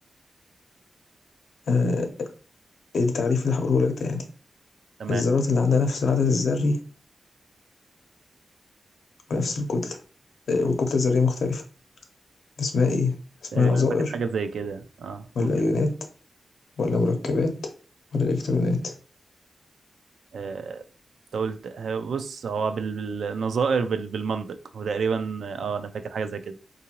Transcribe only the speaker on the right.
تمام
تقريبا
انا فاكر حاجه زي كده اه
قول كده
آه، انت قلت آه، بص هو بال- بالنظائر بال- بالمنطق وتقريبا اه انا فاكر حاجه زي كده